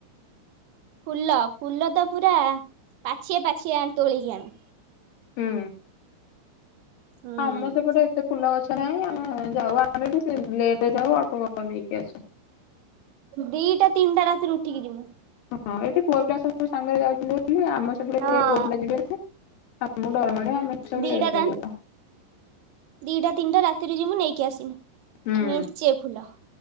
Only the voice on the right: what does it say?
ଫୁଲ ଫୁଲ ତ ପୁରା ପାଛିଏ ପାଛିଏ ଆ ତୋଳିକି ଆଣୁ।
ହୁଁ
ଦିଟା ତିନିଟା ରାତିରେ ଉଠିକି ଯିବୁ।
ହଁ
ଦିଟା
ତା
ଦିଟା ତିନିଟା ରାତିରେ ଯିବୁ ନେଇକି ଆସିମି।
ମେଞ୍ଚେ ଫୁଲ।